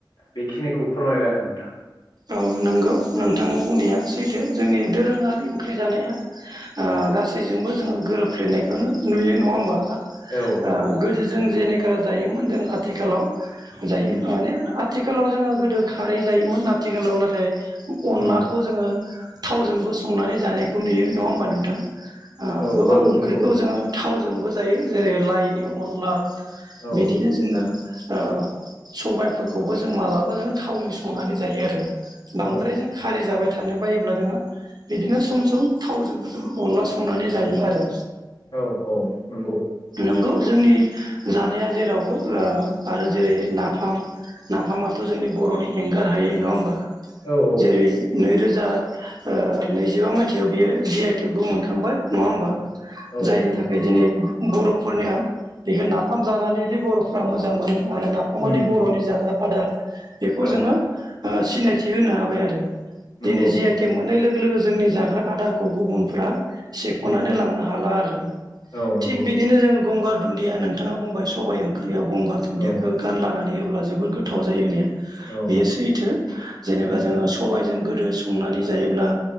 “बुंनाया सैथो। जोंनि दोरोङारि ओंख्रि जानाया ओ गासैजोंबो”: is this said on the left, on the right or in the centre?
Right